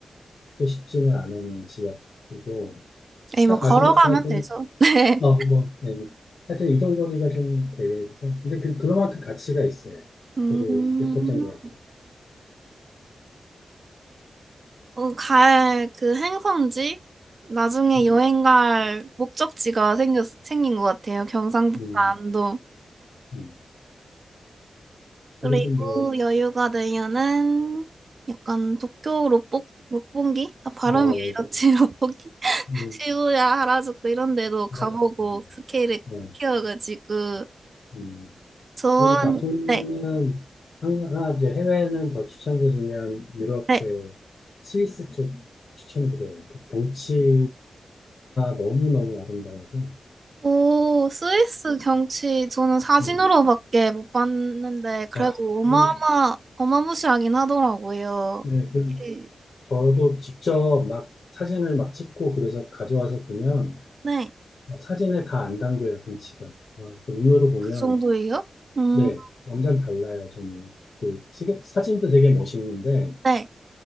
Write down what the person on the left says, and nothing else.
그렇게 쉽지는 않은 지역이고
차
가지고
가도 하여튼
어, 뭐, 네. 하여튼 이동 거리가 좀 되겠지. 근데 그 그만큼 가치가 있어요.
되게 예뻤던 것 같아요.
음,
음,
음.
그리고 뭐,
어,
예,
음,
맞아.
음,
네,
음.
그리고 나중에는
한- 하나 이제 해외는 더 추천드리면 유럽
그 스위스 쪽 추천드려요. 그 경치가 너무너무 아름다워서.
그리고
뭐, 아,
음,
네, 그
저도 직접 막 사진을 막 찍고 그래서 가져와서 보면
막 사진에 다 안 담겨요, 경치가. 아, 그 눈으로 보면
네, 완전 달라요. 좀 그, 찍은- 사진도 되게 멋있는데